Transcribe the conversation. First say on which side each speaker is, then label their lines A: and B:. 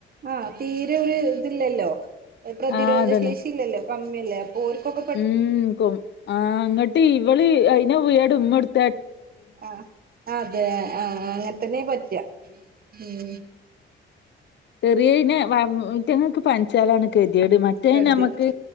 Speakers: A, on the right; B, on the left.
A: ആഹ് തീരെ ഒരു ഇത് ഇല്ലല്ലോ പ്രതിരോധശേഷി
B: ആഹ് അതന്നെ
A: ഇല്ലല്ലോ കമ്മില്ലേ അപ്പോൽക്കൊക്കെ
B: ഉം കൊ ആഹ് ഇങ്ങട്ട് ഇവള് അയിനെ പോയാണ്ട് ഉമ്മോടുത്
A: ആഹ് അതെ ആഹ് അങ്ങനെത്തന്നെ പറ്റു ഉം
B: ചെറിയതിന് മേറ്റങ്ങക്ക് പനിച്ചാലാണ് ഗതിയേട് മറ്റേയിന്
A: കരുതിയത്
B: നമ്മക്ക്